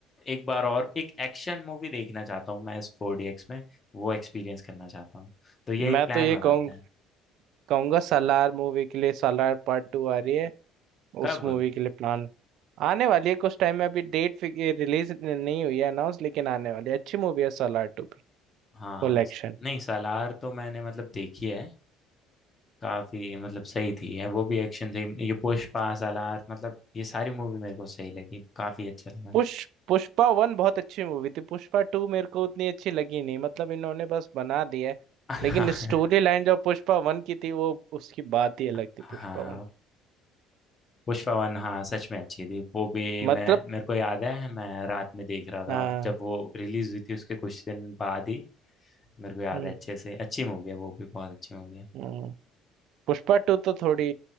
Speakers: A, on the left; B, on the right.
A: एक बार और एक एक्शन मूवी देखना चाहता हूँ मैं इस फोर डी एक्स में वो एक्सपीरियंस करना चाहता हूँ तो ये एक
B: मैं
A: प्लान
B: तो ये
A: बनाते
B: कहूँ
A: हैं
B: कहूंगा सालार मूवी के लिए सालार पार्ट टू आ रही है उस
A: कब
B: मूवी के लिए प्लान आने वाली है कुछ टाइम में अभी डेट रिलीज नहीं हुई है अनाउंस लेकिन आने वाली है अच्छी मूवी है सालार टू भी
A: हाँ हाँ
B: Full action.
A: नहीं सालार तो मैंने मतलब देखी है काफी मतलब सही थी है वो भी एक्शन थी ये पुष्पा सालार मतलब ये सारी मूवी मेरे को सही लगी काफी अच्छा लगा
B: पुष पुष्पा वन बहुत अच्छी मूवी थी पुष्पा टू मेरे को उतनी अच्छी लगी नहीं मतलब इन्होंने बस बना दिया है
A: <laughs>
B: लेकिन स्टोरी लाइन जो पुष्पा वन की थी वो उसकी बात ही अलग
A: हाँ
B: थी पुष्पा
A: हाँ,
B: वन
A: पुष्पा वन हाँ सच में अच्छी थी वो भी मैं
B: मतलब
A: मेरे को याद है मैं रात में देख रहा था
B: हाँ
A: जब वो रिलीज हुई थी उसके कुछ दिन बाद ही मेरे को याद
B: हम्म,
A: है अच्छे से अच्छी मूवी है वो भी बहुत अच्छी मूवी है
B: हम्म। पुष्पा टू तो थोड़ी